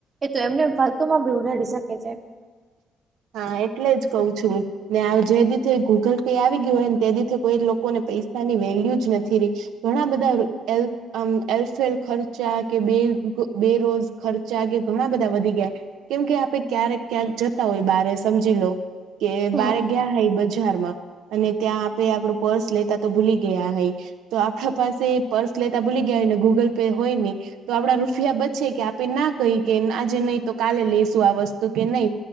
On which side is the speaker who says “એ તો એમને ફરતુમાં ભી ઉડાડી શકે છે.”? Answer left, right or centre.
Right